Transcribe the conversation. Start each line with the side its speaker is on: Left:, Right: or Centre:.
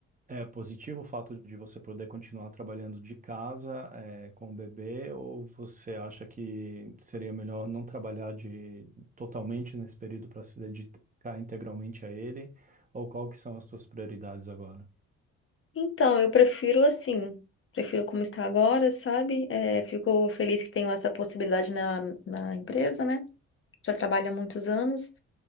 Right: é positivo o fato de você poder continuar trabalhando de casa, é, com o bebê, ou você acha que seria melhor não trabalhar de, totalmente nesse período para se dedicar integralmente a ele? Ou qual que são as suas prioridades agora?
Left: Então, eu prefiro assim, prefiro como está agora, sabe? É, fico feliz que tenho essa possibilidade na, na empresa, né? já trabalho há muitos anos.